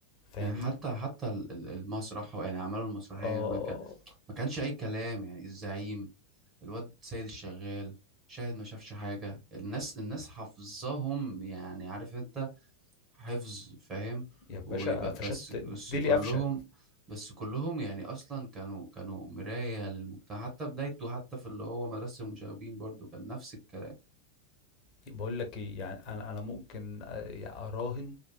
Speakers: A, on the left; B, on the right.
A: فاهمني
B: يعني حتى حتى ال- ال- المسرح يعني عملوا المسرحية
A: اه
B: ما كان ما كانش أي كلام يعني الزعيم الواد سيد الشغال شاهد ما شافش حاجة الناس الناس حافظاهم يعني عارف انت حفظ فاهم
A: يا باشا
B: وبس
A: فشت
B: بس
A: ديلي
B: كلهم
A: قفشه
B: بس كلهم يعني اصلا كانوا كانوا مراية للمجتمع حتى بدايته حتى في اللي هو مدرسة المشاغبين برضو كان نفس الكلام
A: بقول لك ايه يعني انا انا ممكن آه، اراهن